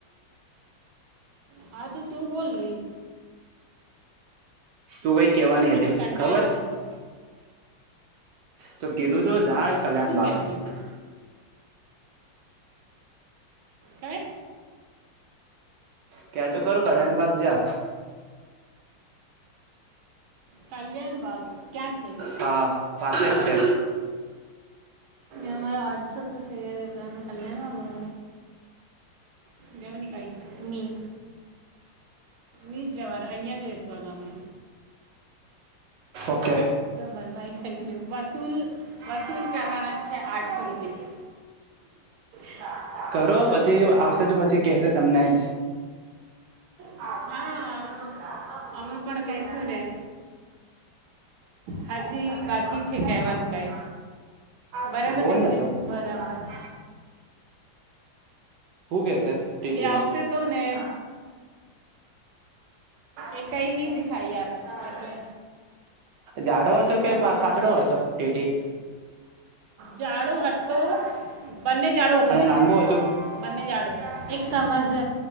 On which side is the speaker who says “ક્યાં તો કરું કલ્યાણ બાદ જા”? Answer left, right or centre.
Right